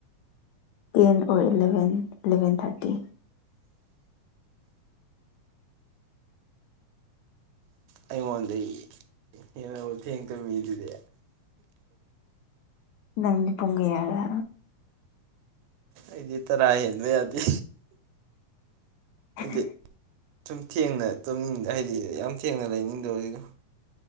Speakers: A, on the left; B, on the right.
A: ꯇꯦꯟ ꯑꯣ ꯏꯂꯚꯦꯟ ꯑꯦꯂꯚꯦꯟ ꯊꯥꯔꯇꯤ
B: ꯑꯩꯉꯣꯟꯗ ꯍꯦꯟꯅ ꯊꯦꯡ ꯇꯝꯃꯤꯗꯨꯗꯤ
A: ꯉꯗꯤ ꯄꯣꯒꯌꯥꯗ
B: ꯑꯩꯗꯤ ꯇꯔꯥ ꯍꯦꯟꯕ ꯌꯥꯗꯦ
A: ꯍꯍ
B: ꯑꯩꯗꯤ ꯁꯨꯝ ꯊꯦꯡꯅ ꯇꯨꯝꯅꯤꯡꯗ ꯍꯥꯏꯗꯤ ꯌꯥꯝ ꯊꯦꯡꯅ ꯂꯩꯅꯤꯡꯗꯕꯖꯤꯒꯣ